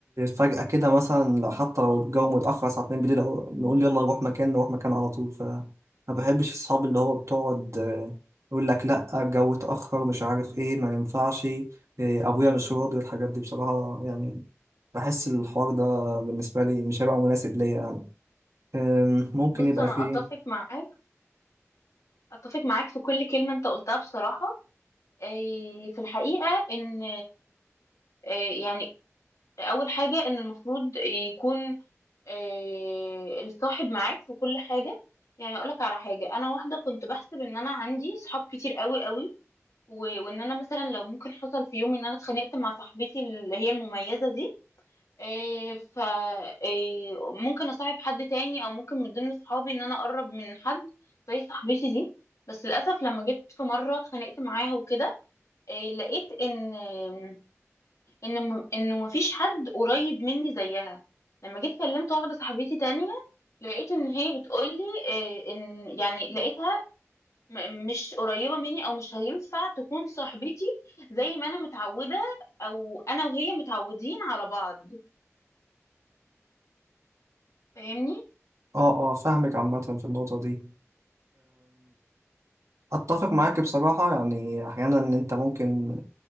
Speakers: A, on the right (about 75°); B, on the left (about 85°).
A: فجأة كده مثلا لو- حتى لو الجو متأخر الساعة 2 بالليل أو نقول يلا نروح مكان نروح مكان على طول فما بحبش الصحاب اللي هو بتقعد آه، يقول لك لأ الجو اتأخر ومش عارف إيه ما ينفعش آه، أبويا مش راضي والحاجات دي بصراحة يعني بحس الحوار ده بالنسبة لي مش هيبقى مناسب ليا يعني أم، ممكن
B: بص
A: يبقى
B: انا
A: فيه
B: اتفق معاك اتفق معاك في كل كلمة انت قلتها بصراحة آه، في الحقيقة ان آه، يعني اول حاجة ان المفروض يكون آه، الصاحب معاك في كل حاجة يعني اقولك على حاجة انا واحدة كنت بحسب ان انا عندي صحاب كتير قوي قوي و- وان انا مثلا لو ممكن حصل في يوم ان انا اتخانقت مع صاحبتي اللي هي المميزة دي إيه ف إيه ممكن اصاحب حد تاني او ممكن من ضمن صحابي ان انا اقرب من حد زي صاحبتي دي بس للاسف لما جيت في مره اتخانقت معاها وكده إيه لقيت ان ان م- انه مفيش حد قريب مني زيها لما جيت كلمت واحده صاحبتي تانية لقيت ان هي بتقولي إيه ان يعني لقيتها م- مش قريبه مني او مش هينفع تكون صاحبتي زي ما انا متعوده او انا وهي متعودين على بعض فاهمني
A: اه اه فاهمك عامة في النقطة دي اتفق معاك بصراحة يعني احيانا ان انت ممكن